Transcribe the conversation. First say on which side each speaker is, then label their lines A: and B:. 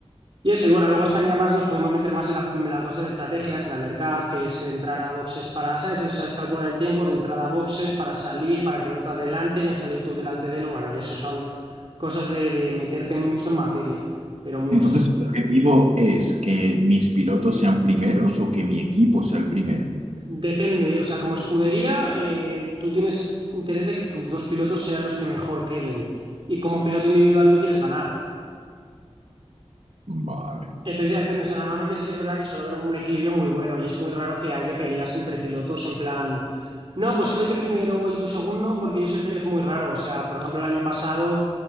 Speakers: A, on the right; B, on the right.
A: Y eso, y bueno, luego están ya más, nos podemos meter más en la, la cosa de estrategias, el undercut, que es entrar a boxes para, ¿sabes? O sea, es calcular el tiempo de entrada a boxes para salir, para que no te adelanten y a salir tú delante de él. Bueno, y eso son cosas de, de meterte mucho en materia, pero mucho.
B: Entonces, ¿el objetivo es que mis pilotos sean primeros o que mi equipo sea el primero?
A: Depende, o sea, como escudería, eh, tú tienes interés de que tus dos pilotos sean los que mejor queden. Y como piloto individual, tú quieres ganar.
B: Vale.
A: Entonces ya depende, o sea, normalmente sí que es verdad que suele haber un equilibrio muy bueno y es muy raro que haya peleas entre pilotos en plan, no, pues quedo yo primero y tú segundo porque yo soy el pri-". es muy raro, o sea, por ejemplo, el año pasado